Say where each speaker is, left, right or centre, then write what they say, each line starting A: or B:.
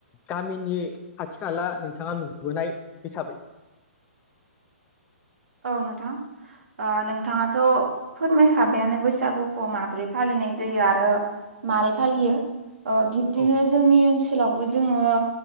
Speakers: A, on the left (about 20°); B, on the right (about 70°).
A: गामिनि खाथि-खाला नोंथाङा नुबोनाय हिसाबै
B: औ नोंथां अ नोंथाङाथ' फोरमायखाबायानो बैसागुखौ माब्रै फालिनाय जायो आरो मारै फालियो ओ बिब्दिनो
A: औ
B: जोंनि ओनसोलावबो जोङो